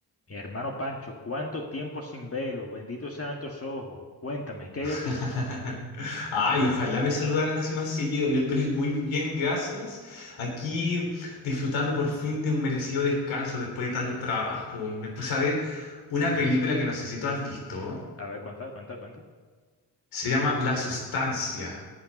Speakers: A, on the left; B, on the left.
A: Mi hermano Pancho, ¿cuánto tiempo sin velo? Benditos sean tus ojos. Cuéntame, ¿qué
B: <laughs>
A: hay de ti?
B: Ay, ojalá me saludaran así más seguido. Yo estoy muy bien, gracias. Aquí disfrutando por fin de un merecido descanso después de tanto trabajo. Me puse a ver una
A: Ujú.
B: película que no sé si tú has visto.
A: A ver, cuenta, cuenta, cuenta.
B: Se llama La Sustancia.